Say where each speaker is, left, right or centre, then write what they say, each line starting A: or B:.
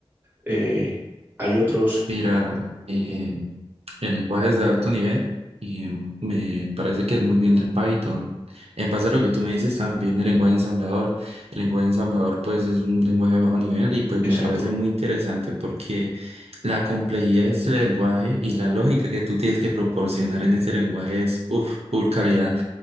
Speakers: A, on the right; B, on the right.
A: Eh, hay otros,
B: Mira, eh,
A: mm,
B: en lenguajes de alto nivel, y eh, me parece que es muy bien el Python. En base a lo que tú me dices, también el lenguaje ensamblador. El lenguaje ensamblador, pues, es un lenguaje de bajo nivel y, pues,
A: exacto.
B: me parece muy interesante porque la complejidad de ese lenguaje y la lógica que tú tienes que proporcionar en ese lenguaje es, uff, full calidad.